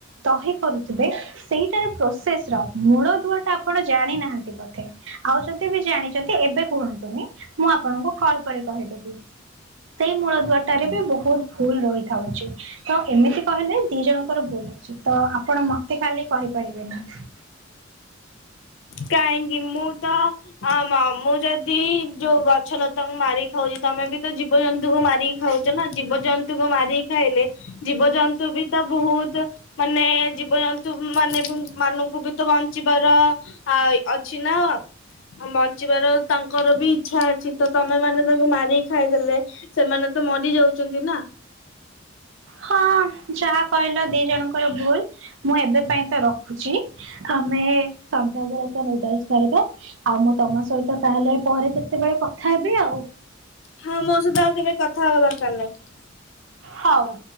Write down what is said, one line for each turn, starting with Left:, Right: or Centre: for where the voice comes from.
Right: ଦହି କରୁଥିବେ ସେଇଟାରେ ପ୍ରୋସେସ୍ ର ମୂଳଦୁଆ ଟା ଆପଣ ଜାଣିନାହାନ୍ତି ବୋଧେ। ଆଉ ଯଦି ବି ଜାଣିଚନ୍ତି ଏବେ କୁହନ୍ତୁନି ମୁଁ ଆପଣଙ୍କୁ କଲ୍ କରି କହିଦେବି। ସେଇ ମୂଳଦୁଆଟାରେ ବି ବହୁତ୍ ଭୁଲ୍ ରହିଥାଉଚି। ତ ଏମିତି କହିଲେ ଦି ଜଣଙ୍କର ଭୁଲ ଅଛି, ତ ଆପଣ ମତେ ଖାଲି କହିପାରିବେନି।
Left: କାହିଁକି ମୁଁ ତ ଆ ମୁଁ ଯଦି ଯୋଉ ଗ ଗଛ ଲତାଙ୍କୁ ମାରି ଖାଉଚି, ତମେ ବି ତ ଜୀବଜନ୍ତୁଙ୍କୁ ମାରିକି ଖାଉ ଚ ନା ଜୀବଜନ୍ତୁଙ୍କୁ ମାରିକି ଖାଇଲେ ଜୀବଜନ୍ତୁ ବି ତ ବହୁତ୍ ମାନେ ଜୀବଜନ୍ତୁ ମାନେ ମାନଙ୍କୁ ବି ତ ବଞ୍ଚିବାର ଆ ଅଛି ନା। ବଞ୍ଚିବାର ତାଙ୍କର ବି ଇଚ୍ଛା ଅଛି ତ, ତମେମାନେ ତାଙ୍କୁ ମାରିକି ଖାଇଦେଲେ ସେମାନେ ତ ମରିଯାଉଛନ୍ତି ନା।
Right: ହଁ ଯାହା କହିଲ ଦି ଜଣଙ୍କର ଭୁଲମୁଁ ଏବେ ପାଇଁ ତ ର ହେଉଛି ଆମେ ସନ୍ଧ୍ୟାବେଳେ ତ ନୁଡଲସ୍ କରିବା। ଆଉ ମୁଁ ତମ ସହିତ ତାହେଲେ ପରେ କେତେବେଳେ କଥା ହେବି ଆଉ।
Left: ହଁ ମୋ ସହିତ ଆଉ କେବେ କଥା ହବା ଦରକାର ନାହିଁ।
Right: ହଉ।